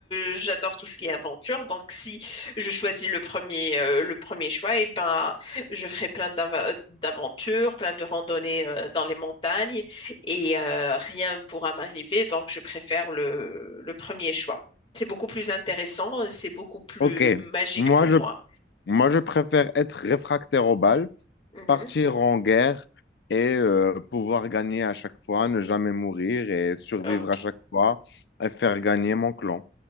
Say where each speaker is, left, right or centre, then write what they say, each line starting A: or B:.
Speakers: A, on the left (about 30°); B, on the left (about 65°).
A: euh, j'adore tout ce qui est aventure. Donc, si je choisis le premier, euh, le premier choix, eh ben, je ferai plein d'ava- d'aventures, plein de randonnées euh, dans les montagnes et euh, rien ne pourra m'arriver. Donc, je préfère le, le premier choix. C'est beaucoup plus intéressant, c'est beaucoup plus
B: ok.
A: magique
B: Moi,
A: pour
B: je,
A: moi.
B: moi, je préfère être réfractaire aux balles
A: Mhm.
B: partir en guerre et euh, pouvoir gagner à chaque fois, ne jamais mourir et survivre
A: Ok,
B: à chaque fois et faire gagner mon clan.